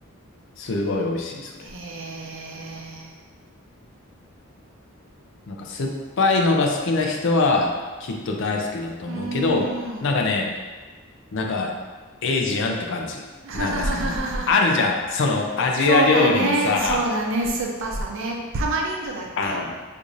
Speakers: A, on the left; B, on the right.
A: すごい美味しい、それ。
B: ー。へ
A: なんか酸っぱいのが好きな人はきっと大好きだと思うけど、
B: えー。うーん。
A: なんかね、なんか、エイジアンって感じ。
B: <laughs>
A: なんかその、ああるじゃん。その、アジア料理のさ、
B: そうだね。そうだね。酸っぱさね。タマリンドだっけ
A: あん。